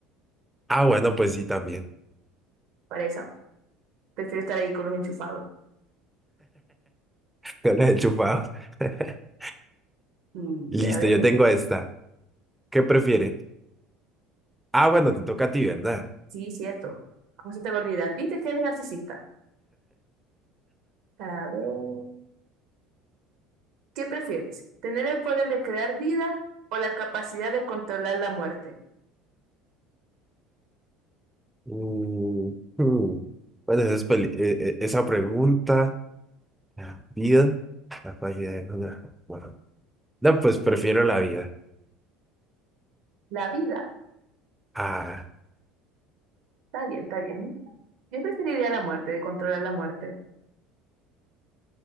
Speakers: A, in the centre; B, on the right.
A: Ah, bueno, pues sí, también.
B: Para eso. Prefiero estar ahí con los enchufados.
A: <laughs> Yo la he chupado. <laughs>
B: Y
A: Listo,
B: eh, a ver,
A: yo tengo esta. ¿Qué prefieres? Ah, bueno, te toca a ti, ¿verdad?
B: sí, cierto. ¿Cómo se te va a olvidar? ¿Viste que eres narcisista? A ver, ¿qué prefieres? ¿Tener el poder de crear vida o la capacidad de controlar la muerte?
A: Mm, hmm. Bueno, esa, es peli- eh, eh, esa pregunta. La vida, la calidad de lograr. Bueno, no, pues prefiero la vida.
B: La vida.
A: Ah,
B: Está bien, está bien. Yo preferiría la muerte, de controlar la muerte.